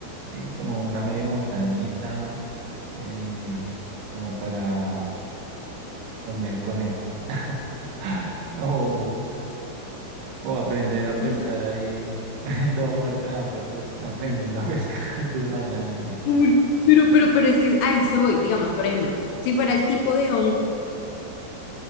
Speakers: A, on the right; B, on the left.
A: ¿sí? Como una medio montañita, eh, como para comer conejos. <laughs> O, o aprender a pescar
B: Mm,
A: ahí, <laughs> todo muerto de hambre, apre- aprendiendo a pescar, <laughs> desmayándome.
B: por- Pero, pero, pero es que, ahí se voy, digamos, por ejemplo, si fuera el tipo de hongo.